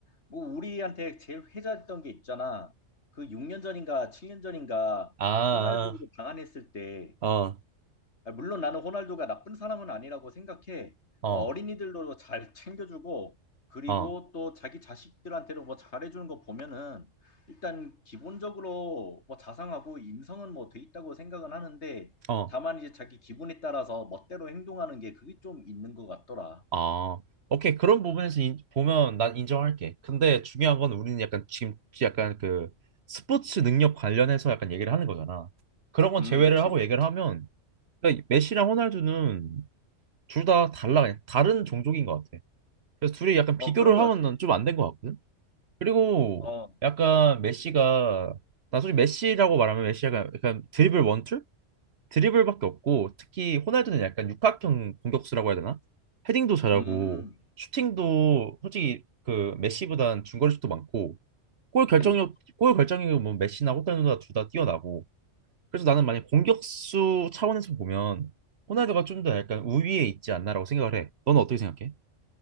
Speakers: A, on the left; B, on the right.
A: 뭐 우리한테 제일 회자했던 게 있잖아. 그 6년 전인가 7년 전인가
B: 아,
A: 호날두 방한했을 때
B: 아, 어,
A: 아, 물론 나는 호날두가 나쁜 사람은 아니라고 생각해.
B: 어,
A: 어, 어린이들도 잘 챙겨주고, 그리고
B: 어,
A: 또 자기 자식들한테도 뭐 잘해주는 거 보면은, 일단 기본적으로 뭐 자상하고 인성은 뭐 돼 있다고 생각은 하는데,
B: 어,
A: 다만 이제 자기 기분에 따라서 멋대로 행동하는 게 그게 좀 있는 것 같더라.
B: 어. 오케이. 그런 부분에서 인- 보면 난 인정할게. 근데 중요한 건 우리는 약간 지금 약간 그 스포츠 능력 관련해서 약간 얘기를 하는 거잖아. 그런 건
A: 음,
B: 제외를
A: 그치.
B: 하고 얘기를 하면 그러니까 메시랑 호날두는 둘 다 달라. 그냥 다른 종족인 것 같아. 그래서 둘이 약간
A: 어,
B: 비교를
A: 그런 것
B: 하면
A: 같아.
B: 좀 안 된 것 같거든. 그리고
A: 어,
B: 약간 메시가 나 솔직히 메시라고 말하면 메시가 약간 드리블 원툴? 드리블밖에 없고 특히 호날두는 약간 육각형 공격수라고 해야 되나? 헤딩도 잘하고
A: 음,
B: 슈팅도 솔직히 그 메시보단 중거리슛도 많고 골 결정력
A: 음.
B: 골 결정력은 뭐 메시나 호날두나 둘 다 뛰어나고 그래서 나는 만약 공격수 차원에서 보면 호날두가 좀 더 약간 우위에 있지 않나라고 생각을 해. 너는 어떻게 생각해?